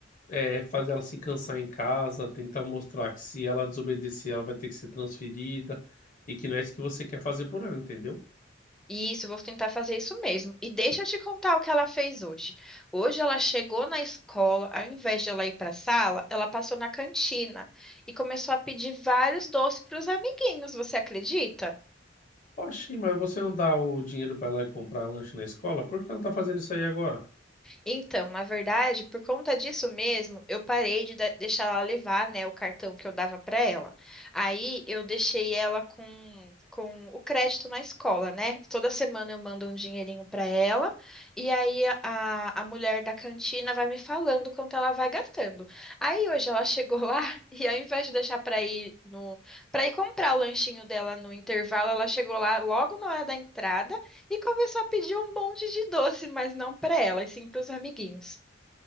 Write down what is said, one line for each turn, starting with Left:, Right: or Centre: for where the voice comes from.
Left: é, fazer ela se cansar em casa, tentar mostrar que se ela desobedecer, ela vai ter que ser transferida e que não é isso que você quer fazer por ela, entendeu?
Centre: Isso, eu vou tentar fazer isso mesmo. E deixa eu te contar o que ela fez hoje. Hoje ela chegou na escola, ao invés de ela ir para a sala, ela passou na cantina e começou a pedir vários doces para os amiguinhos. Você acredita?
Left: Oxi, mas você não dá o dinheiro pra ela ir comprar lanche na escola? Por que ela tá fazendo isso aí agora?
Centre: Então, na verdade, por conta disso mesmo, eu parei de da- deixar ela levar, né, o cartão que eu dava para ela. Aí eu deixei ela com, com o crédito na escola, né? Toda semana eu mando um dinheirinho para ela e aí a, a a mulher da cantina vai me falando quanto ela vai gastando. Aí hoje ela chegou <laughs> lá e ao invés de deixar para ir no para ir comprar o lanchinho dela no intervalo, ela chegou lá logo na hora da entrada e começou a pedir um monte de doce, mas não para ela, e sim para os amiguinhos.